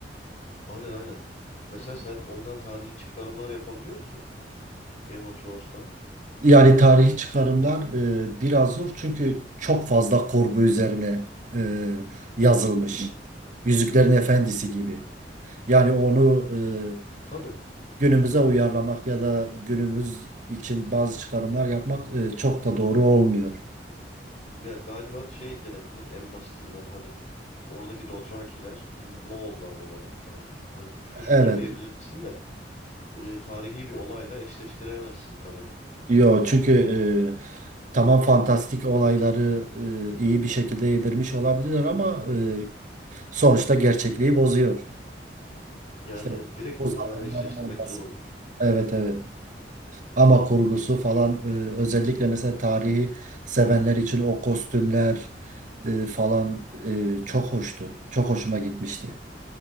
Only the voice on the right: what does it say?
Yani tarihi çıkarımlar e, biraz zor çünkü çok fazla korku üzerine e, yazılmış.
Yüzüklerin Efendisi gibi. Yani onu e,
günümüze uyarlamak ya da günümüz için bazı çıkarımlar yapmak e, çok da doğru olmuyor.
Evet.
Yo çünkü e, tamam fantastik olayları e, iyi bir şekilde yedirmiş olabilirler ama e, sonuçta gerçekliği bozuyor.
İşte
bu
adamların
olması.
Evet evet. Ama kurgusu falan e, özellikle mesela tarihi sevenler için o kostümler e, falan e, çok hoştu. Çok hoşuma gitmişti.